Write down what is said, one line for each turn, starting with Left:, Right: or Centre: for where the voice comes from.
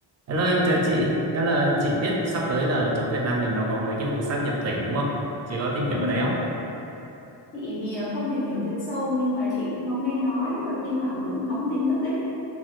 Right: Hello em chào chị, chắc là chị biết sắp tới là ở chỗ Việt Nam mình nó có mấy cái vụ sáp nhập tỉnh đúng không? Chị có tìm hiểu
Left: Ừ.
Right: cái đấy không?
Left: Chị thì ờ, không tìm hiểu chuyên sâu nhưng mà chị cũng có nghe nói và thi thoảng cũng hóng tin tức đấy